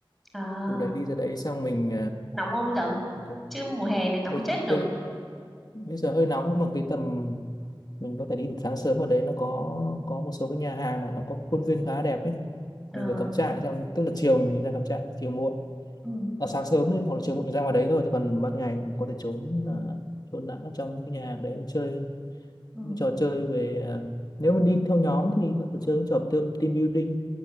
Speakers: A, in the centre; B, on the left (about 50°).
A: À,
B: khu đấy đi ra đấy xong mình
A: nóng không giờ?
B: ờ, có-
A: Chứ mùa hè này nóng
B: bây,
A: chết được.
B: bây, bây giờ hơi nóng nhưng mà cái tầm mình có thể đi được sáng sớm ở đấy nó có có một số cái nhà hàng mà nó có khuôn viên khá đẹp ấy
A: Ờ,
B: mình vừa cắm trại xong tức là chiều mình ra cắm trại chiều muộn
A: ừ,
B: à, sáng sớm đấy hoặc là chiều muộn mình ra ngoài đấy thôi thì còn ban ngày mình có thể trốn ờ, trốn nắng ở trong những cái nhà hàng đấy mình chơi
A: ừ,
B: trò chơi về à, nếu mà đi theo nhóm thì có thể chơi những trò team, team building